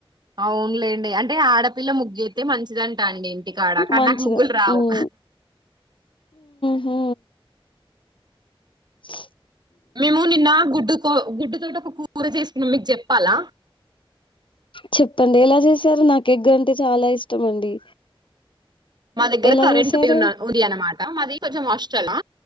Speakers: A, on the right; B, on the left.
A: అవునులేండి అంటే ఆడపిల్ల ముగ్గెత్తే మంచిదం ంట అండి ఇంటికాడ కని
B: మంచిగా
A: నాకు ముగ్గులు రావు.
B: ఉమ్ హు స
A: మేము నిన్న గుడ్డుకో గుడ్డు <unintelligible> కూర చేసుకున్నా మీకు చెప్పాలా.
B: చెప్పండి ఎలా చేశారు. నాకు ఎగ్ అంటే చాలా ఇష్టం అండి.
A: మా దగ్గర
B: ఎలా
A: కరెంట్
B: చేశారు
A: <inaudible> ఉంది అన్నమా ట మాది కొంచెం హాస్టల్లా